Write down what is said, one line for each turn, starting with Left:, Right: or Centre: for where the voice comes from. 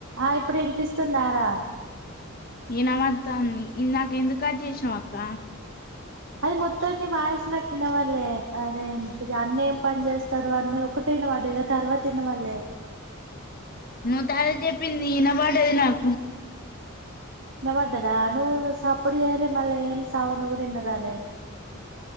Right: ఆ ఇప్పుడు ఇనిపిస్తుందారా
Left: ఇనపడ్తంది ఇందాక ఎందుకు కట్ చేసినావు అక్క
Right: అది మొత్తాన్నిీ వాయిస్ నాకు ఇనవాళ్లేే అదేంటిది అన్నేం పని చేస్తారు అన్నది ఒక్కటే వినపడ్డది ఇగ తర్వాత ఇనవాళ్ళే
Left: నువ్వు తాల చెప్పింది ఈనపడ్డది నాకు
Right: ఇనాబడ్డదా నువ్వు సప్పుడు చేయాలే మళ్ళా ఏం సౌండ్ కూడా ఇన్నరాలె